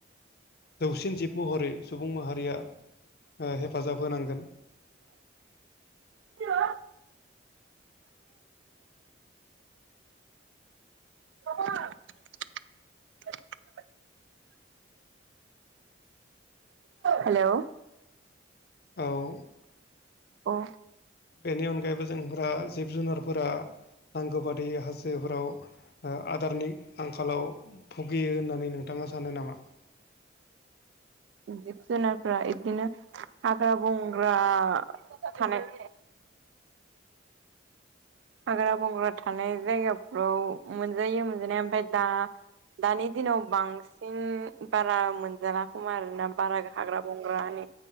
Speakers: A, on the left; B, on the right.
A: जौसिन जिब महरै सुबुं माहारिया ओ हेफाजाब होनांगोन
B: औ <unintelligible> हेलौ
A: औ
B: औ
A: बेनि अनगायैबो जोंफ्रा जिब जुनारफोरा नांगौ बादि हाजोफोराव ओ आदारनि आंखालाव भुगियो होननानै नोंथाङा सानो नामा
B: जिब जुनारफ्रा इदिनो हाग्रा बंग्रा थानाय हाग्रा बंग्रा थानाय जायगाफ्राव मोनजायो मोनजानाया ओमफ्राय दा दानि दिनाव बांसिन बारा मोनजाला खोमा आरोना बारा हाग्रा बंग्रानि